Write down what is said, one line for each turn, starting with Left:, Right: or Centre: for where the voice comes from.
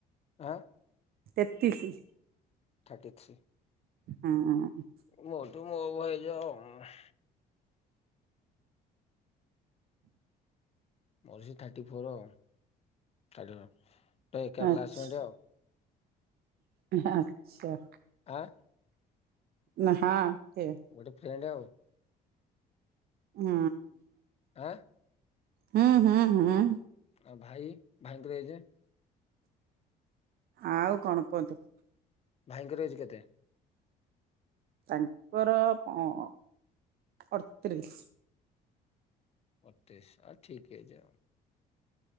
Left: ଆଁ?
Right: ତେତିଶି।
Left: Thirty three.
Right: ହଁ ଅଁ।
Left: ମୋଠୁ ମୋ ବୟସ ଅମା ମୋର ସେଇ ଥାର୍ଟି ଫୋର୍ ଆଉ। Thirty four. ତ ଏକା
Right: ଆଚ୍ଛା
Left: କ୍ଲାସମେଟ୍ ଆଉ।
Right: ଆଚ୍ଛା।
Left: ଆଁ?
Right: ନା, ହଁ କିଏ?
Left: ମୁଁ ଗୋଟେ ଫ୍ରେଣ୍ଡ ଆଉ।
Right: ହୁଁ।
Left: ଆଁ?
Right: ହୁଁ, ହୁଁ, ହୁଁ।
Left: ଆଉ ଭାଇ, ଭାଇଙ୍କର ଏଜ୍?
Right: ଆଉ କଣ କୁହନ୍ତୁ?
Left: ଭାଇଙ୍କର ଏଜ୍ କେତେ?
Right: ତାଙ୍କର କଅଁ ଅଡତିରିଶ।
Left: ଅଡତିରିଶ, ଆ ଠିକ ଏଜ୍ ଆଉ।